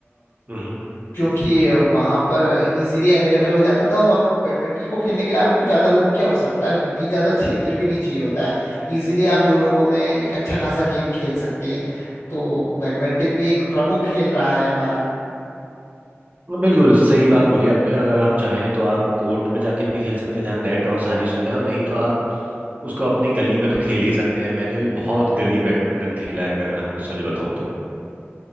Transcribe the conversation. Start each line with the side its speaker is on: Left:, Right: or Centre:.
Right: हम्म
Left: क्योंकि वहां पर इजीली अवेलेबल हो जाता था और बैडमिंटन को खेलने के लिए आपको ज्यादा लोगों की आवश्यकता नहीं होती ज्यादा क्षेत्र भी नहीं चाहिए होता है इजीली आप दो लोगों में एक अच्छा खासा गेम खेल सकते हैं तो बैडमिंटन भी एक प्रमुख खेल रहा है हमारा
Right: बिल्कुल सही बात बोली आपने अगर आप चाहें तो आप कोर्ट में जाके भी खेल सकते हैं जहाँ नेट और सारी सुविधाएं हो नहीं तो आप उसको अपनी गली में तो खेल ही सकते हैं मैंने भी बहुत गली बैडमिंटन खेला है अगर मैं आपको सच बताऊं तो